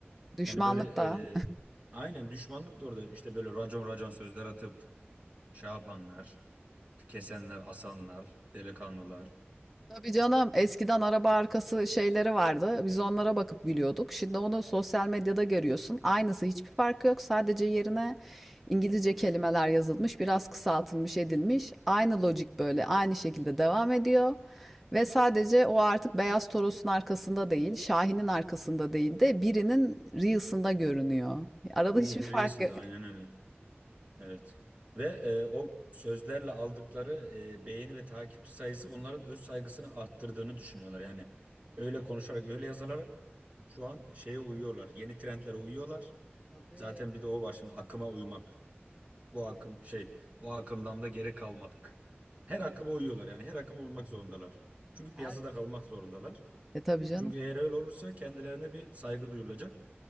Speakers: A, in the centre; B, on the right.
A: Düşmanlık
B: Yani böyle
A: da.
B: e, aynen düşmanlık da orada. İşte böyle racon racon sözler atıp şey yapanlar. Kesenler, asanlar, delikanlılar.
A: Tabii canım eskiden araba arkası şeyleri vardı. Biz onlara bakıp gülüyorduk. Şimdi onu sosyal medyada görüyorsun. Aynısı hiçbir farkı yok. Sadece yerine İngilizce kelimeler yazılmış, biraz kısaltılmış edilmiş. Aynı lojik böyle aynı şekilde devam ediyor. Ve sadece o artık Beyaz Toros'un arkasında değil, Şahin'in arkasında değil de birinin Reels'ında görünüyor. Arada
B: Birini
A: hiçbir fark
B: Reels'ında
A: yok.
B: aynen öyle. Evet. Ve e, o sözlerle aldıkları e, beğeni ve takipçi sayısı onların öz saygısını arttırdığını düşünüyorlar. Yani öyle konuşarak, öyle yazılarak şu an şeye uyuyorlar. Yeni trendlere uyuyorlar.
A: Tabii,
B: Zaten bir de o var şimdi akıma uymak.
A: tabii.
B: Bu akım şey, bu akımdan da geri kalmadık. Her akıma uyuyorlar yani her akıma uymak zorundalar. Çünkü piyasada
A: Her...
B: kalmak zorundalar.
A: E tabii canım.
B: Çünkü eğer öyle olursa kendilerine bir saygı duyulacak.